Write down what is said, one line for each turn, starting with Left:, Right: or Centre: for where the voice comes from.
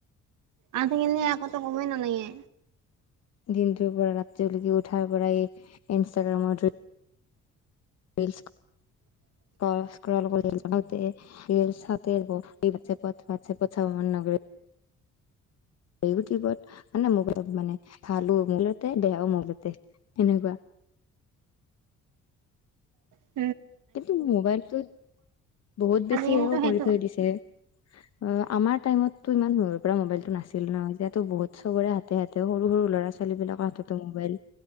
Right: আঠখিনে আকৌ ত ক'বই নালাগে।
Left: দিনটোৰ পৰা ৰাতিলৈকে উঠাৰ পৰা এই ইনষ্টাগ্ৰামত ধৰি। ৰিৰ্লচ
Right: <unintelligible>
Left: <unintelligible> ইউটিউবত মে মোক অলপ মানে ভালো মূলতে বেয়াও মূলতে এনেকুৱা-
Right: অ
Left: কিন্তু মোবাইলটোত বহুত বেছিও
Right: আজিকালিতো সেইটো
Left: কৰি থৈ দিছে। অ আমাৰ টাইমতটো ইমান সৰৰে পৰা মোবাইলতটো নাছিল। ন যে তো বহুত ত চবৰে হাতে হাতে সৰু, সৰু ল'ৰা ছোৱালী বিলাকৰ হাততো মোবাইল